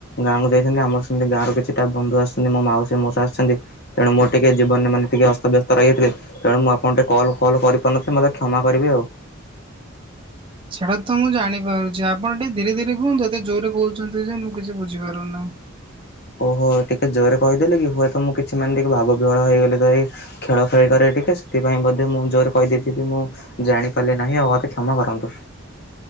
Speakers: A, on the left; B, on the right.
A: ଗାଁକୁ ଯାଇଛନ୍ତି ଆମର ସେମିତି ଗାଁ ରୁ କିଛିଟା ବନ୍ଧୁ ଆସଛନ୍ତି ମୋ ମାଉସୀ ମଉଷା ଆସିଛନ୍ତି। ତେଣୁ ମୁଁ ଟିକେ ଜୀବନରେ ମାନେ ଟିକେ ଅସ୍ତବ୍ୟସ୍ତ ରହିିଯାଇଥିଲି। ତେଣୁ ମୁଁ ଆପଣଙ୍କୁ ଟିକେ କଲ ଫଲ କରିପାରୁନଥିଲି। ମୋତେ କ୍ଷମା କରିବେ ଆଉ।
B: ସେଟା ତ ମୁଁ ଜାଣିପାରୁଛି ଆପଣ ଟିକେ ଧୀରେ ଧୀରେ କୁହନ୍ତୁ। ଏତେ ଜୋରରେ କହୁଛନ୍ତି ଯେ ମୁଁ କିଛି ବୁଝିପାରୁନାହିଁ।
A: ଓହୋ ଟିକେ ଜୋରରେ କହିଦେଲିକି ହୁଏତ ମୁଁ କିଛି ମାନେ ଟିକେ ଭାବ ବିହୋଳ ହେଇଗଲି ତ-ଏଇ ଖେଳ ଖେଳି କରେ ଟିକେ ସେଥିପାଇଁ ବୋଧେ ମୁଁ ଜୋରେ କହିଦେଇଥିବି ମୁଁ ଜାଣିପାରିଲି ନାହିଁ ଆଉ ମୋତେ କ୍ଷମା କରନ୍ତୁ।